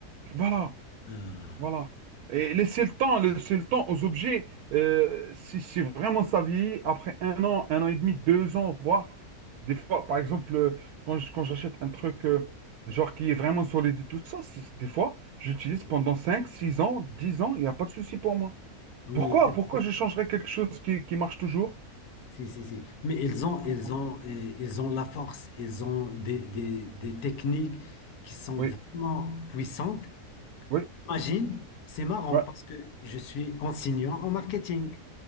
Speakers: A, on the right; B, on the left.
A: Voilà.
B: Ah.
A: Voilà. Et laisser le temps, laisser le temps aux objets. Euh, si, si vraiment ça vieillit, après un an, un an et demi, deux ans, voire des fois, par exemple, euh, quand je- quand j'achète un truc euh, genre qui est vraiment solide et tout ça, c'est- des fois, j'utilise
B: c'est ça.
A: pendant 5, 6 ans, 10 ans, il n'y a pas de souci pour moi.
B: Oui,
A: Pourquoi,
B: oui, c'est vrai.
A: pourquoi je changerais quelque chose qui, qui marche toujours?
B: Si, si, si. Mais ils ont,
A: Ah,
B: ils ont, euh, ils ont la force, ils ont des, des, des techniques qui sont
A: Oui,
B: vraiment puissantes.
A: oui,
B: Imagine, c'est marrant
A: ouais.
B: parce que je suis enseignant en marketing.